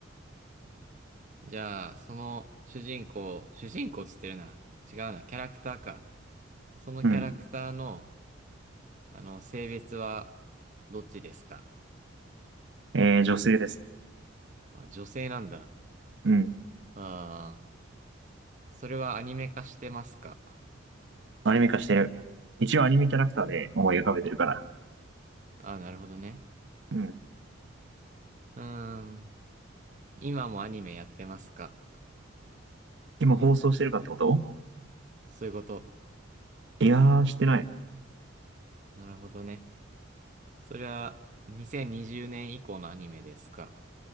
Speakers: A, on the right; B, on the right.
A: じゃあ、その主人公、主人公っつってるな。違うな、キャラクターか。そのキャラクターの、
B: うん。
A: あの、性別はどっちですか
B: えー、女性ですね。
A: あ、女性なんだ。
B: うん。
A: ああ、それはアニメ化してますか
B: アニメ化してる。一応アニメキャラクターで思い浮かべてるから。
A: ああ、なるほどね。
B: うん。
A: うーん、今もアニメやってますか
B: 今放送してるかってこと
A: そういうこと。
B: いやー、してない。
A: なるほどね。そりゃ、2020年以降のアニメですか。